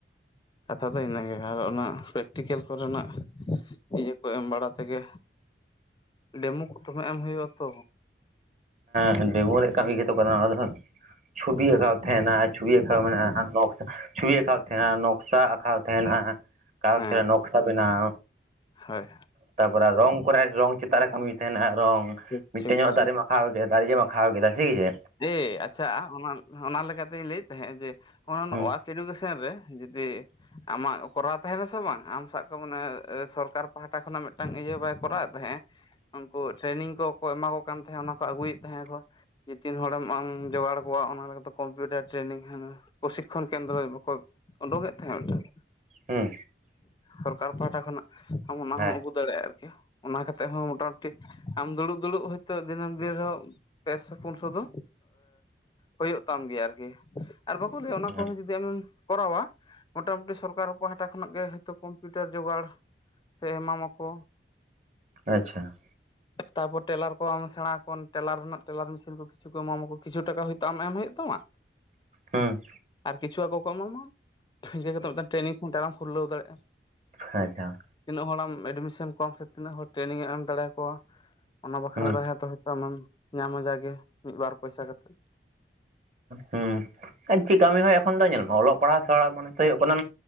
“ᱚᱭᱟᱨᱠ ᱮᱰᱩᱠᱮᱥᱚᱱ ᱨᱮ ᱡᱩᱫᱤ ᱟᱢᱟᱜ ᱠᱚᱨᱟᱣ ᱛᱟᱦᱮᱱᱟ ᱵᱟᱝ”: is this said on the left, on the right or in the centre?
Left